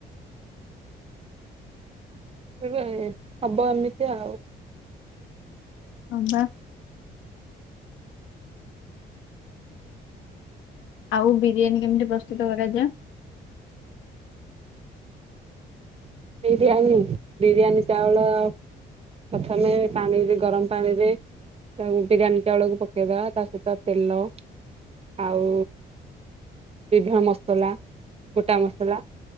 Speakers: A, on the right (about 30°); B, on the left (about 80°).
A: ଅରୁଆ ହୁଏ ହବ ଏମିତି ଆଉ।
B: ହଁ ବା। ଆଉ ବିରିୟାନୀ କେମିତି ପ୍ରସ୍ତୁତ କରାଯାଏ?
A: ବିରିୟାନୀ ବିରିୟାନୀ ଚାଉଳ। ପ୍ରଥମେ ପାଣିରେ ଗରମ ପାଣିରେ। ତାକୁ ବିରିୟାନୀ ଚାଉଳକୁ ପକେଇଦବା ତା ସହିତ ତେଲ ଆଉ। ବିଭିନ୍ନ ମସଲା ଗୋଟା ମସଲା